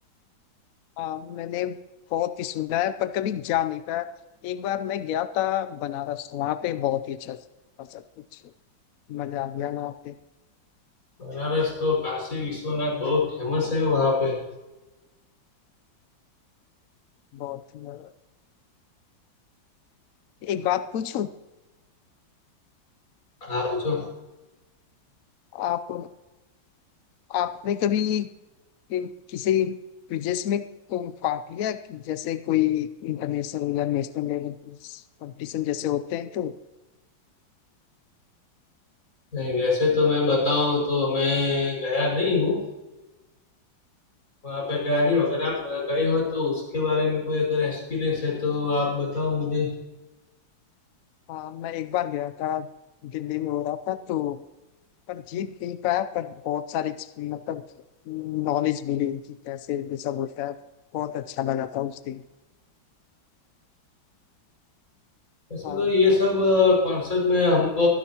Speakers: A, on the left; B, on the left.
A: आ, मैंने बहुत ही सुना है पर कभी जा नहीं पाया एक बार मैं गया था बनारस वहां पे बहुत ही अच्छा था सब कुछ मजा आ गया वहाँ पे
B: बनारस तो काशी विश्वनाथ बहुत फेमस है वहाँ पे
A: बहुत ही मजा एक बात पूछूं
B: आप पूछो
A: आप आपने कभी किसी क्विजेस में को- भाग लिया कि जैसे कोई इंटरनेशनल या नेशनल लेवल कंपटीशन जैसे होते हैं तो
B: नहीं वैसे तो मैं बताऊं तो मैं गया नहीं हूँ वहाँ पे गया नहीं हूं। अगर आप गए हो तो उसके बारे में कोई अगर एक्सपीरियंस है तो आप बताओ मुझे
A: हाँ मैं एक बार गया था दिल्ली में हो रहा था तो पर जीत नहीं पाया पर बहुत सारी एक्स- मतलब नॉलेज मिली उनकी कैसे ये सब होता है बहुत अच्छा लगा था उस दिन
B: वैसे
A: हाँ
B: तो ये सब कॉन्सर्ट में हमको